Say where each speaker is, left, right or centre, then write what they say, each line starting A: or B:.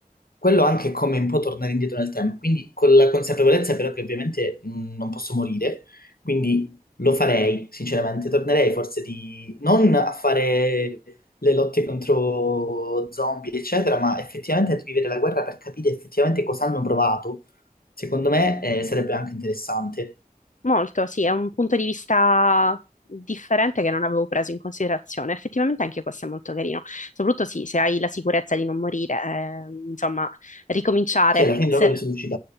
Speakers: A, on the left (about 80°); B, on the left (about 55°).
A: quello anche è come un po' tornare indietro nel tempo, quindi con la consapevolezza però che ovviamente mh, non posso morire, quindi lo farei, sinceramente, tornerei forse di non a fare le lotte contro zombie, eccetera, ma effettivamente a vivere la guerra per capire effettivamente cosa hanno provato, secondo me eh, sarebbe anche interessante.
B: Molto, sì, è un punto di vista differente che non avevo preso in considerazione. Effettivamente anche questo è molto carino. Soprattutto sì, se hai la sicurezza di non morire, eh, insomma, ricominciare.
A: Sì, alla fine
B: Se-
A: loro si riusciti